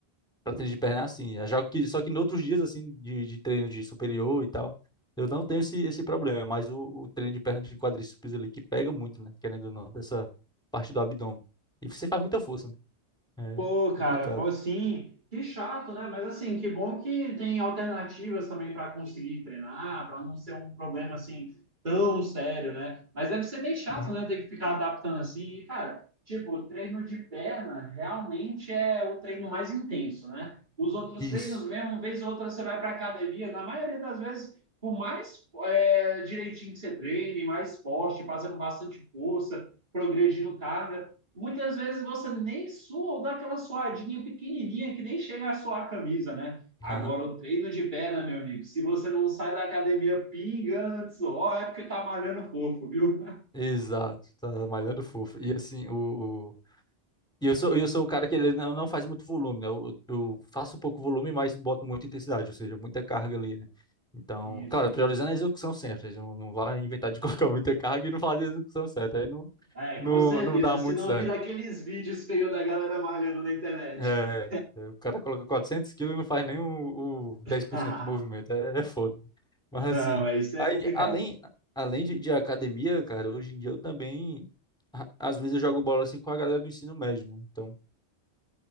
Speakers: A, in the centre; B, on the right (about 45°).
A: Pra treino de perna é assim. Eu jogo que, só que em outros dias, assim, de, de treino de superior e tal, eu não tenho esse, esse problema. Mas o, o treino de perna de quadríceps ali, que pega muito, né? Querendo ou não, dessa parte do abdômen. E você faz muita força, né?
B: Pô,
A: É complicado.
B: cara, pô, sim, que chato, né? Mas assim, que bom que tem alternativas também para conseguir treinar, para não ser um problema assim tão sério, né? Mas deve ser bem chato,
A: Uhum.
B: né? Ter que ficar adaptando assim. E, cara, tipo, o treino de perna realmente é o treino mais intenso, né? Os outros
A: Isso.
B: treinos mesmo, uma vez ou outra você vai para academia, na maioria das vezes, por mais é, direitinho que você treine, mais forte, fazendo bastante força, progredindo carga. Muitas vezes você nem sua ou dá aquela suadinha pequenininha que nem chega a suar a camisa, né? Agora,
A: <laughs> Aham.
B: o treino de perna, meu amigo, se você não sai da academia pingando de suor, é porque tá malhando fofo, viu?
A: Exato. Tá malhando fofo. E assim, o, o- E eu sou, eu sou o cara que ele não não faz muito volume, né? Eu, eu faço pouco volume, mas boto muita intensidade, ou seja, muita carga ali, né? Então,
B: Sim,
A: claro,
B: sim.
A: priorizando a execução sempre, não, não vai inventar de <laughs> colocar muita carga e não fazer a execução certa, aí não,
B: É,
A: não,
B: com certeza,
A: não dá
B: se
A: muito
B: não
A: certo.
B: vira aqueles vídeos feios da galera malhando na internet.
A: É, é, o cara coloca 400 quilos e não faz nem o, o
B: <laughs>
A: 10% do movimento, é, é foda. Mas assim,
B: Não, é isso é
A: aí,
B: complicado.
A: além, além de, de academia, cara, hoje em dia eu também, a- às vezes eu jogo bola assim com a galera do ensino médio, né? Então,